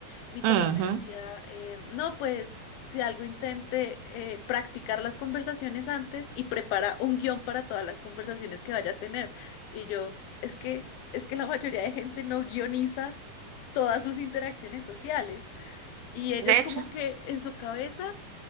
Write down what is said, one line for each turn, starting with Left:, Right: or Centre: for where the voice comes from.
Left: mi papá
Right: Ujú.
Left: me decía, eh, no, pues si algo intente eh, practicar las conversaciones antes y prepara un guión para todas las conversaciones que vaya a tener. Y yo, es que, es que la mayoría de gente no guioniza todas sus interacciones sociales. Y ellos
Right: De hecho.
Left: como que en su cabeza,